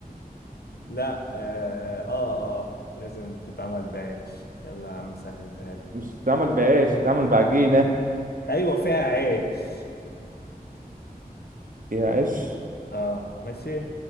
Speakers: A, on the left; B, on the right.
A: لا اه اه آه. لازم تتعمل بعيش يلا يا عم سهل تاني
B: مش تتعمل بعيش تتعمل بعجينة
A: ايوه فيها عيش
B: يا عيش
A: اه ماشي